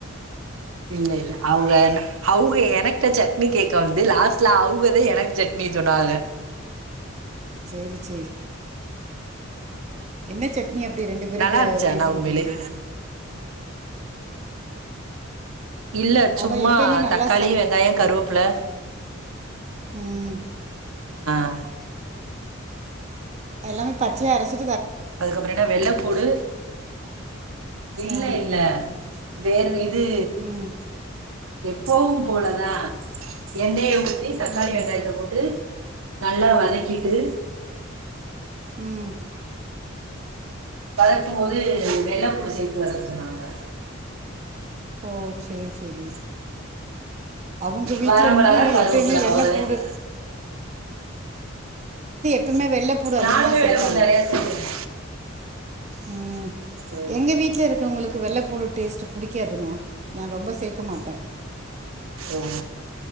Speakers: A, on the right; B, on the right.
A: இல்ல இல்ல அவங்க அவங்க எனகிட்ட சட்னி கேக்க வந்து லாஸ்ட்ல அவங்கதான் எனக்கு சட்னி சோன்னாங்க
B: சேரி சேரி என்ன சட்னி நீ அப்படி ரெண்டு பேரு
A: நல்லா இருந்துச்சு
B: பேசிக்கிட்டீங்க
A: ஆனா உண்மையிலே இல்ல சும்மா
B: அவள் எப்பயுமே நல்லா
A: தக்காளி வெங்காயம் கருவேப்புல
B: உம்
A: ஆ
B: எல்லாமே பச்சையை அரைச்சி
A: அதுக்கப்புறம் என்ன வெள்ளைப்பூடு இல்ல
B: ஆ
A: இல்ல வேறு இது
B: ம்
A: எப்பவும் போலதான் எண்ணெயை ஊத்தி தக்காளி
B: ம்
A: வெங்காயத்தை போட்டு நல்லா வதக்கிட்டு
B: உம்
A: வளர்க்க போோது வெள்ளைப்பூடு சேர்த்து வரது சொன்னாங்க
B: ஓ சரி சரி அவங்க வீட்ல
A: வரமிளகா
B: வந்து
A: கருவேப்பில
B: எப்பயுமே வெள்ள
A: அவ்வளவுதே
B: போூடு எப்பமே வெள்ளைப்பூடு அதிகமாக
A: நானுமே
B: சேர்ப்பாங்க
A: வெள்ளைப்பூடு நிறைய சேர்த்தேன்
B: உம்
A: ஓ
B: எங்க வீட்ல இருக்கவங்களுக்கு வெள்ளைப்பூடு டேஸ ப ந ர ச
A: ஓ